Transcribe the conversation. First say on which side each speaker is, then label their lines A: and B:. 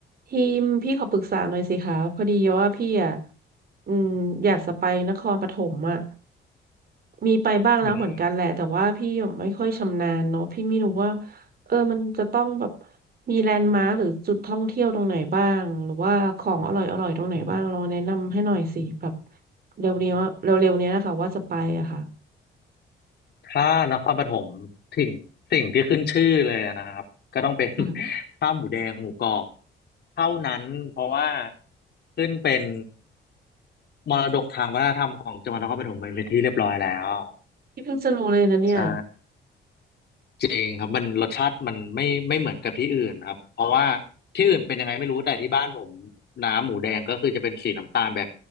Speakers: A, on the right; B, on the left.
A: ทีมพี่ขอปรึกษาหน่อยสิคะพอดีว่าพี่อ่ะอืมอยากจะไปนครปฐมอ่ะมีไปบ้างแล้วเหมือนกันแหละแต่ว่าพี่ไม่ค่อยชำนาญเนาะพี่ไม่รู้ว่า
B: อืม
A: เออมันจะต้องแบบมีแลนด์มาร์คหรือจุดท่องเที่ยวตรงไหนบ้างหรือว่าของอร่อยอร่อยตรงไหนบ้างลองแนะนำให้หน่อยสิแบบเร็วเนี้ยเร็วๆเนี้ยนะคะว่าจะไปอะค่ะ
B: ถ้านครปฐมถึงสิ่งที่ขึ้นชื่อเลยนะครับก็ต้องเป็น <laughs>
A: ค่ะ
B: ข้าวหมูแดงหมูกรอบเท่านั้นเพราะว่าขึ้นเป็นมรดกทางวัฒนธรรมของจังหวัดนครปฐมไปเป็นที่เรียบร้อยแล้ว
A: พี่เพิ่งจะรู้เลยนะเนี่ย
B: ใช่จริงครับมันรสชาติมันไม่ไม่เหมือนกับที่อื่นครับเพราะว่าที่อื่นเป็นยังไงไม่รู้แต่ที่บ้านผมน้ำหมูแดงก็คือจะเป็นสีน้ำตาลแบบ